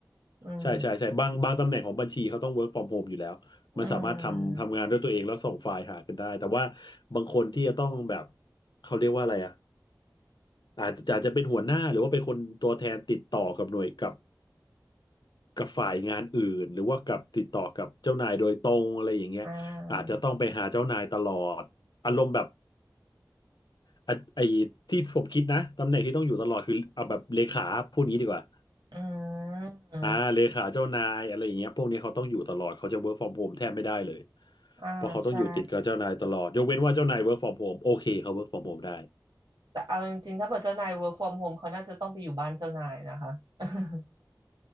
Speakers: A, on the right; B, on the left.
A: อืม
B: ใช่ใช่ใช่บางบางตำแหน่งของบัญชีเขาต้อง work from home อยู่แล้วมันสามารถทำทำงานด้วยตัวเองแล้วส่งไฟล์หากันได้แต่ว่า
A: อืม
B: บางคนที่จะต้องแบบเขาเรียกว่าอะไรอ่ะอาจจะอาจจะเป็นหัวหน้าหรือว่าเป็นคนตัวแทนติดต่อกับหน่วยกับ กับฝ่ายงานอื่นหรือว่ากับติดต่อกับเจ้านายโดยตรงอะไรอย่างเงี้ยอาจจะต้องไปหาเจ้านายตลอดอารมณ์แบบ
A: อ่า
B: อ่ะไอ้ที่ผมคิดนะตำแหน่งที่ต้องอยู่ตลอดคือเอาแบบเลขาพูดงี้ดีกว่า
A: อืม
B: อ่าเลขาเจ้านายอะไรอย่างเงี้ยพวกนี้เขาต้องอยู่ตลอดเขาจะ work from home แทบไม่ได้เลย
A: อ่าใช่
B: เพราะเขาต้องอยู่ติดกับเจ้านายตลอดยกเว้นว่าเจ้านาย work from home โอเคเขา work from home ได้
A: แต่เอาจริงๆถ้าเกิดเจ้านาย work from home เขาน่าจะต้องไปอยู่บ้านเจ้านายนะคะ <laughs>